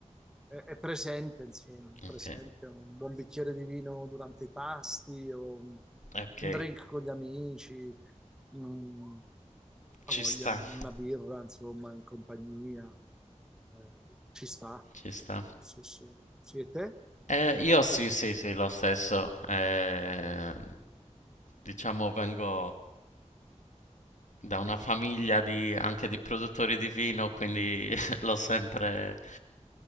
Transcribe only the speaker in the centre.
eh, è, è presente, insomma, è
presente un buon bicchiere di vino durante i pasti o un
drink con gli amici. Mm,
ha voglia,
una birra, insomma, in compagnia, eh, ci sta.
Sì, sì. Sì, e te?